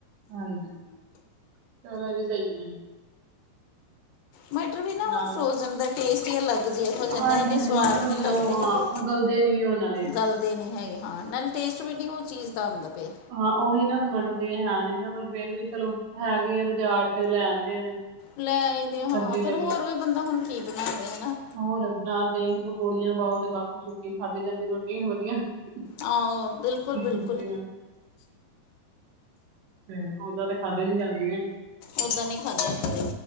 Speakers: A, on the right (about 85°); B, on the left (about 75°).
A: ਹਾਂਜੀ, ਚਲੋ ਇਹ ਵੀ ਸਹੀ ਹੈ।
B: ਮਟਰ ਵੀ ਨਾ, ਹੁਣ
A: ਨਾਲ।
B: ਫਰੋਜਨ ਦਾ ਟੇਸਟ ਹੀ ਅਲੱਗ ਜਿਹੇ ਹੋ ਜਾਂਦੇ,
A: ਹਾਂਜੀ-ਹਾਂਜੀ
B: ਇੰਨੇ ਸਵਾਦ
A: ਮਟਰ ਹੁਣ
B: ਨੀ ਲੱਗਦੇ
A: ਉਹ
B: ਹੈਗੇ,
A: ਹਾਂ ਉਹ ਗਲਦੇ ਨੀ ਉਹ ਨਾਲੇ।
B: ਗੱਲਦੇ ਨੀ ਹੈਗੇ। ਹਾਂ, ਨਾਲ ਟੇਸਟ ਵੀ ਨਹੀਂ, ਉਹ ਚੀਜ਼ ਦਾ ਆਂਦਾ ਪਿਆ।
A: ਹਾਂ ਉਹੀ ਨਾ, ਹੁਣ ਮਟਰ ਦੀ ਹੈ ਨੀ, ਨਾ ਪਰ ਫੇਰ ਵੀ, ਚਲੋ ਹੈਗੇ ਆ, ਬਾਜ਼ਾਰ ਚ ਲੈ ਆਂਦੇ ਨੇ।
B: ਲੈ ਆਈ ਦੇ, ਹਾਂ,
A: ਸਬਜ਼ੀ ਲਈ
B: ਫਿਰ ਹੋਰ ਬੰਦਾ ਹੁਣ ਕੀ ਬਨਾਵੇ? ਹੈਨਾ।
A: ਹੋਰ ਨਾਲ ਦਹੀਂ-ਪਕੌੜੀਆਂ ਪਾਓ ਤੇ, ਬਾਕੀ- ਸੂਕੀ ਖਾਦੀ ਜਾਂਦੀ ਰੋਟੀ ਨਾਲ ਵਧੀਆਂ। ਸੁਖੀ
B: ਆਹੋ ਬਿਲਕੁਲ-ਬਿਲਕੁਲ
A: ਸਬਜ਼ੀ ਨਾਲ। ਤੇ ਓਦਾਂ ਤੇ ਖਾਦੇ ਨੀ ਜਾਂਦੀਐ।
B: ਓਹਦਾਂ ਨੀ ਖਾਦੀ ਜਾਂਦੀ,